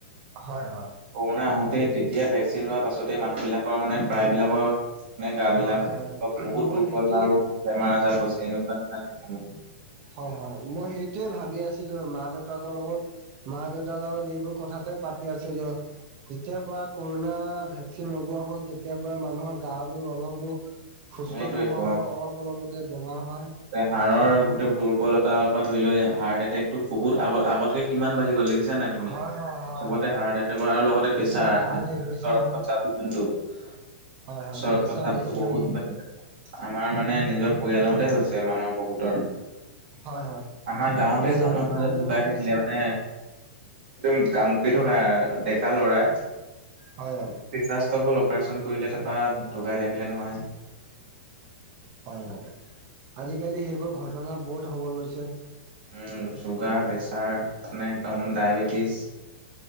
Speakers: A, on the right (about 30°); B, on the right (about 55°).
A: হয়- হয়।
B: কৰোণা আহোতেই তেতিয়া ভেকচিন লোৱা পাছতেই মানুহবিলাকৰ মানে প্ৰায়বিলাকৰ মানে গা
A: হয়
B: বিলাক
A: হয়
B: বহুত
A: মই
B: দুৰ্বল
A: সেইটোৱে
B: আৰু বেমাৰ আজাৰ হৈছে এনেকুৱা নিচনা লাগিছে মোক।
A: হয়-হয়, মই সেইটোয়ে ভাবি আছিলোঁ, মা- দেউতাকৰ লগত মা -দেউতাৰ লগত এইবোৰ কথাতে পাতি আছিলোঁ। যেতিয়াৰ পৰা কৰোনা ভেকচিন লগোৱা হ'ল, তেতিয়া পৰা মানুহৰ গা বোৰ অলপো সুস্থ
B: সেইটোৱেতো
A: নোহোৱা হ'ল, অলপ -অলপতে বেমাৰ হয়।
B: হাৰৰ গোটেই দুৰ্বলতাৰ পা ধৰি লৈ হাৰ্ট এটেকটো বহুত আগ- আগতকে কিমান বাঢ়ি গ'ল দেখিছ খিছা নাই তুমি?
A: হয় হয় হয়
B: চবতে
A: হয়।
B: হাৰ্ট এটেক আৰু লগতে প্ৰেছাৰ
A: এতিয়া হাৰ্ট
B: <unintelligible>
A: এটেক বেছি হ'ল
B: আ উৎস
A: হয় হয় প্ৰেছাৰ
B: ৰক্ত চাপটো
A: বেছি
B: বহুত
A: হ'ল
B: বাঢ়ি <unintelligible> আমাৰ মানে নিজৰ পৰিয়ালৰ মতে হৈছে মানে বহুতৰ। <inaudible>
A: হয় হয়।
B: আমাৰ গাঁৱতে
A: প্ৰেছাৰৰ
B: এজন মানুহ
A: প্ৰব্লেমো
B: এজন ঢুকাই থাকিলে
A: বেছি
B: মানে একদম কাম কৰি থকা ডেকা ল'ৰা।
A: হয়-হয়।
B: প্ৰেছাৰ ষ্ট'কৰ অপাৰেচন কৰিলে তাৰপা ঢুকাই থাকিলে নহয়।
A: হয়- হয়, আজিকালি সেইবোৰ ঘটনা বহুত হ'ব লৈছে।
B: উম, ছুগাৰ, প্ৰেছাৰ মানে একদম ডায়বেটিছ।